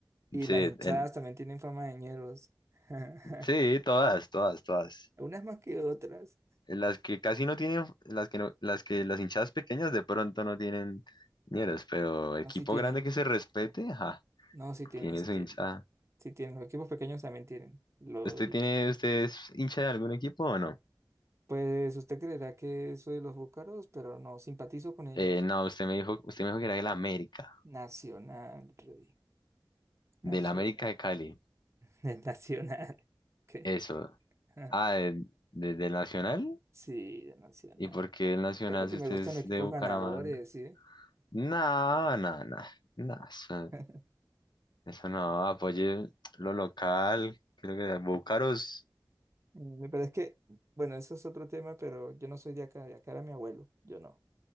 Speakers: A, on the right; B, on the left.
A: y
B: Sí,
A: las hinchadas
B: en-
A: también tienen fama de ñeros. <laughs>
B: sí, todas, todas, todas.
A: Unas más que otras.
B: Las que casi no tienen, las que no, las que las hinchadas pequeñas de pronto no tienen ñeros, pero equipo
A: No, sí tienen.
B: grande que se respete, ajá,
A: No, sí tienen,
B: tiene
A: sí
B: su
A: tienen.
B: hinchada.
A: Sí tienen. Los equipos pequeños también tienen. Lo,
B: ¿Usted tiene, usted es hincha de algún equipo o no?
A: pues usted creerá que soy de los búcaros, pero no, simpatizo con ellos.
B: Eh, no, usted me dijo, usted me dijo que era de América,
A: Nacional, rey. Nacional.
B: del América de Cali.
A: <laughs> El Nacional. Ok.
B: Eso.
A: <laughs>
B: Ah, de, de- del Nacional.
A: Sí, de Nacional.
B: ¿Y por qué el Nacional
A: Pero que
B: si usted
A: me gustan
B: es
A: los
B: de
A: equipos
B: Bucaramanga?
A: ganadores, ¿sí?
B: No, no, no, no, eso,
A: <laughs>
B: eso no, apoye lo local, creo que Búcaros
A: Mm, Pero es que, bueno, eso es otro tema, pero yo no soy de acá, de acá era mi abuelo, yo no.